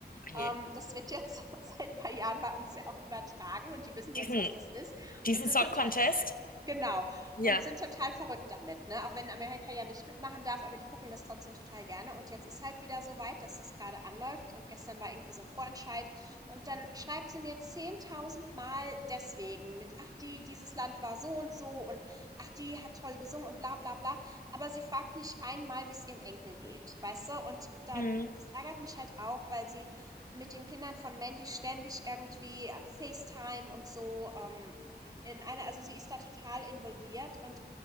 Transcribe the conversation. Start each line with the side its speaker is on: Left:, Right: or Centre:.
Left: oh
Right: Ähm,
Left: je,
Right: das wird jetzt <laughs> seit ein paar Jahren bei uns ja auch übertragen und die wissen jetzt,
Left: diesen,
Right: was das ist
Left: diesen
Right: und sind
Left: Song
Right: total
Left: Contest,
Right: Genau.
Left: ja.
Right: Und sind total verrückt damit, ne? Auch wenn Amerika ja nicht mitmachen darf, aber die gucken das trotzdem total gerne. Und jetzt ist halt wieder so weit, dass das gerade anläuft. Und gestern war irgendwie so ein Vorentscheid. Und dann schreibt sie mir 10.000 Mal deswegen mit, ach, die, dieses Land war so und so und ach, die hat toll gesungen und bla, bla, bla. Aber sie fragt nicht einmal, wie es ihrem Enkel geht, weißt du? Und dann,
Left: Mhm.
Right: das ärgert mich halt auch, weil sie mit den Kindern von Mandy ständig irgendwie an FaceTime und so ähm, in einer, also sie ist da total involviert und